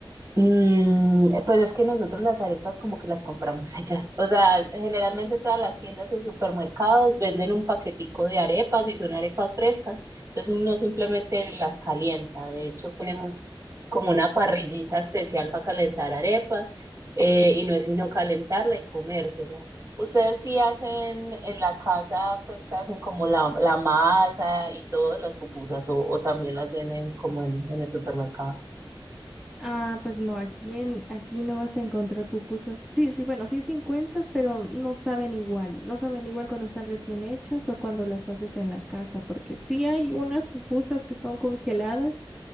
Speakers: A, on the right; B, in the centre.
A: Mm, pues es que nosotros las arepas como que las compramos <laughs> hechas. O sea, generalmente todas las tiendas o supermercados venden un paquetico de arepas y son arepas frescas. Entonces uno simplemente las calienta. De hecho, ponemos como una parrillita especial para calentar arepas eh, y no es sino calentarla y comérsela. Ustedes sí hacen en la casa, pues hacen como la, la masa y todo, las pupusas o, o también las venden como en, en el supermercado.
B: Ah, pues no, aquí en, aquí no vas a encontrar pupusas. Sí, sí, bueno, sí, sí encuentras, pero no saben igual. No saben igual cuando están recién hechas o cuando las haces en la casa, porque sí hay unas pupusas que son congeladas.